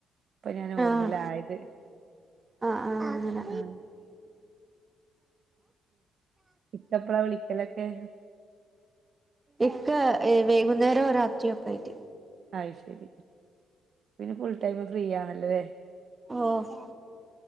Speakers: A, on the right; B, on the right.
A: ഇപ്പൊ ഞാൻ നോർമ്മലായത്
B: ആഹ് ആഹ് ആഹ് അങ്ങനെ
A: ആഹ് ഇക്കപ്പളാ വിളിക്കലൊക്കെ?
B: ഇക്ക വൈകുന്നേരോ രാത്രിയോ ഒക്കെ ആയിട്ട്.
A: അത് ശരി പിന്നെ ഫുൾ ടൈം ഫ്രീ ആണല്ലോ ലെ?
B: ഓഹ്